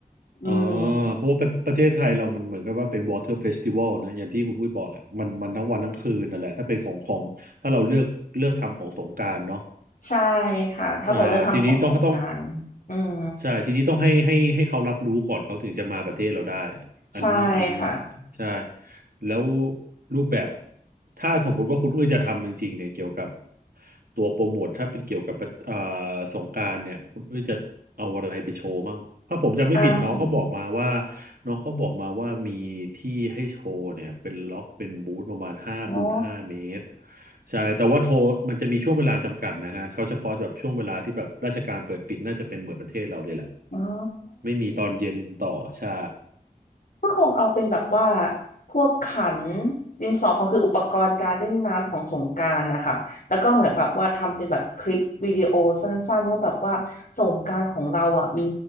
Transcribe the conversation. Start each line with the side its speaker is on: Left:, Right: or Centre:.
Left: อืม
Right: อ๋อเพราะว่าประประเทศไทยเรามันเหมือนกับว่าเป็น Water Festival นะอย่างที่คุณวุ้ยบอกแหละมันมันทั้งวันทั้งคืนนั่นแหละถ้าเป็นของของถ้าเราเลือกเลือกทำของสงกรานต์เนาะ
Left: ใช่ค่ะถ้าเปิดเลือกทำของสงกรานต์อืม
Right: อ่าทีนี้ต้องต้อง ใช่ทีนี้ต้องให้ให้ให้เขารับรู้ก่อนเขาถึงจะมาประเทศเราได้อันนี้อันนี้
Left: ใช่ค่ะ
Right: ใช่แล้วรูปแบบถ้าสมมติว่าคุณอุ้ยจะทำจริงๆเนี่ยเกี่ยวกับตัวโปรโมทถ้าเป็นเกี่ยวกับเอ่อสงกรานต์เนี่ยคุณอุ้ยจะเอาอะไรไปโชว์บ้างถ้าผมจำไม่ผิดน้องเขาบอกมาว่า
Left: อ่า
Right: น้องเขาบอกมาว่ามีที่ให้โชว์เนี่ยเป็นล็อกเป็นบูธประมาณห้าคูณห้าเมตร
Left: อ๋อ
Right: ใช่แต่ว่าโทรมันจะมีช่วงเวลาจำกัดนะฮะเขาเฉพาะแบบช่วงเวลาที่แบบราชการเปิดปิดน่าจะเป็นเหมือนประเทศเราเลยแหละ
Left: อ๋อ
Right: ไม่มีตอนเย็นต่อใช่
Left: ก็คงเอาเป็นแบบว่าพวกขันดินสอพองคืออุปกรณ์การเล่นน้ำของสงกรานต์นะคะแล้วก็เหมือนแบบว่าทำเป็นแบบคลิปวิดีโอสั้นๆว่าแบบว่าสงกรานต์ของเราอ่ะมี